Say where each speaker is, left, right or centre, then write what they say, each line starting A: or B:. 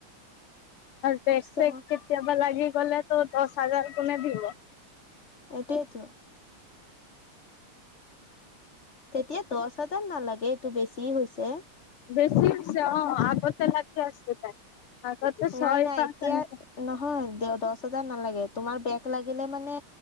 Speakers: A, on the left; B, on the left.
A: বেক-চেক
B: চ'
A: কেতিয়াবা লাগি গলে তো দশ হাজাৰ কোনে দিব?
B: এটোৱেই ত। তেতিয়া দহ হাজাৰ নালাগে এইটো বেছি হৈছে।
A: বেছি হৈছে অ, আগতে লাগি আছিলে আগতে ছয়-পাঁচ
B: নাই নাই এতিয়া
A: এনেকে।
B: নহয়, দে দহ হাজাৰ নালাগে। তোমাৰ বেগ লাগিলে মানে